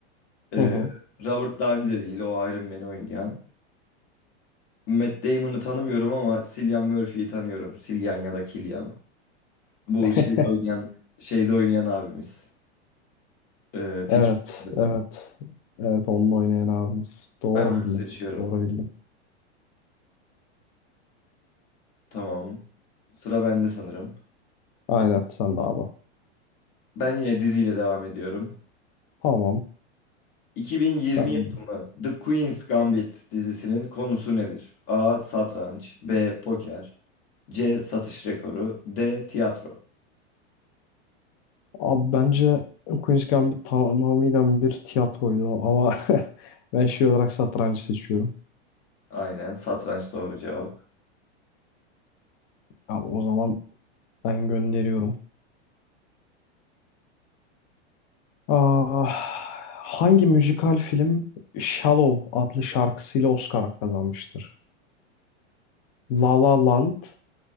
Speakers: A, on the left; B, on the left.
A: Ee,
B: Hı hı.
A: Robert Downey de değil. O Iron Man'i oynayan. Matt Damon'ı tanımıyorum ama Cillian Murphy'yi tanıyorum. Cillian ya da Killian. Bu
B: <laughs>
A: şeyde oynayan, şeyde oynayan abimiz. Ee, Peaky
B: Evet,
A: Blinders'da.
B: evet. Evet, onunla oynayan abimiz. Doğru
A: Ben onu
B: bildin.
A: seçiyorum.
B: Doğru bildin.
A: Tamam. Sıra bende sanırım.
B: Aynen, sen de abi.
A: Ben yine diziyle devam ediyorum.
B: Tamam.
A: 2020
B: Sen
A: yapımı The Queen's Gambit dizisinin konusu nedir? A. Satranç B. Poker C. Satış rekoru D. Tiyatro
B: Abi bence Queen's Gambit tamamıyla bir tiyatroydu ama <laughs> ben şey olarak satrancı seçiyorum.
A: Aynen satranç doğru cevap.
B: Abi o zaman ben gönderiyorum. Ah, hangi müzikal film Shallow adlı şarkısıyla Oscar kazanmıştır? La La Land,